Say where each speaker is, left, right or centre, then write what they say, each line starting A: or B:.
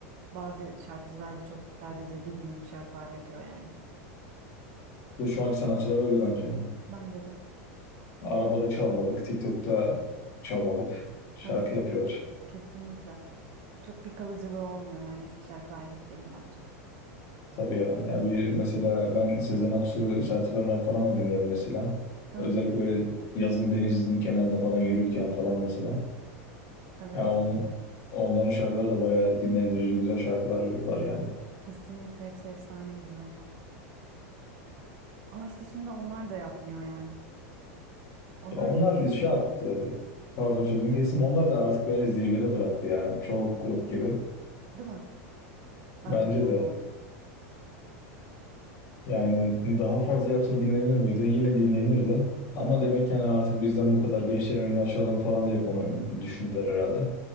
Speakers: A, on the right; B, on the left.
A: bazı şarkıcılar da çok sadece bir günlük şarkılar yapıyor yani.
B: Ve şu anki sanatçılar öyle bence. Yani.
A: Bence de.
B: Arabada çalmalık, TikTok'ta çalmalık şarkı
A: Evet.
B: yapıyorlar.
A: Kesinlikle. Çok bir kalıcılığı olmuyor yani eski şarkılar gibi değil bence.
B: Tabii ya. Ya bir mesela ben Sezen Aksu, Sertab Erener falan da dinlerim mesela.
A: Değil
B: Özellikle
A: mi?
B: öyle yazın denizin kenarında falan yürürken falan mesela.
A: Evet.
B: Ya on, onların şarkıları da bayağı dinlendirici güzel şarkılar var yani.
A: Kesinlikle hepsi efsaneydi zaten. Ama işte şimdi onlar da yapmıyor yani. Onlar
B: Ya onlar
A: da bir şey.
B: şey yaptı. Pardon sözünü kestim. Onlar da artık bence zirvede bıraktı ya. Çoğu grup gibi.
A: Değil mi? Bence
B: Bence
A: de öyle
B: de.
A: oldu.
B: Yani daha fazla yapsa dinlenir miydi? Yine dinlenirdi. Ama demek yani artık bizden bu kadar gençlerin önünü açalım falan diye konu düşündüler herhalde.